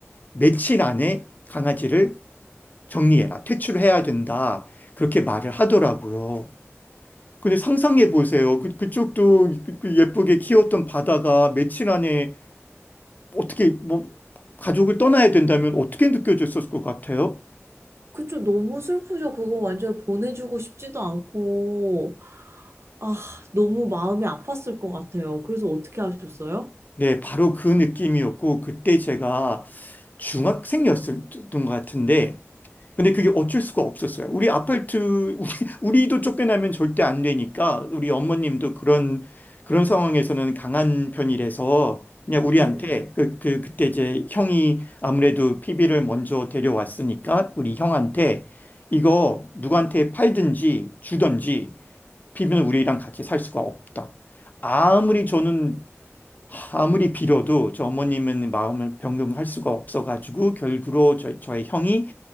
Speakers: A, on the left; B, on the right.
A: 며칠 안에 강아지를 정리해라. 퇴출해야 된다. 그렇게 말을 하더라고요. 근데 상상해 보세요. 그, 그쪽도 그- 그 예쁘게 키웠던 바다가 며칠 안에 어떻게 뭐 가족을 떠나야 된다면 어떻게 느껴졌을 것 같아요?
B: 그쵸, 너무 슬프죠. 그거 완전 보내주고 싶지도 않고. 아, 너무 마음이 아팠을 것 같아요. 그래서 어떻게 하셨어요?
A: 네, 바로 그 느낌이었고, 그때 제가 중학생이었던 것 같은데, 근데 그게 어쩔 수가 없었어요. 우리 아파트, 우리, 우리도 쫓겨나면 절대 안 되니까, 우리 어머님도 그런, 그런 상황에서는 강한 편이라서, 그냥 우리한테,
B: 네네.
A: 그, 그, 그때 이제 형이 아무래도 PB를 먼저 데려왔으니까, 우리 형한테, 이거 누구한테 팔든지 주든지, PB는 우리랑 같이 살 수가 없다. 아무리 저는 아무리 빌어도 저 어머님은 마음을 변경할 수가 없어가지고 결국으로 저, 저의 형이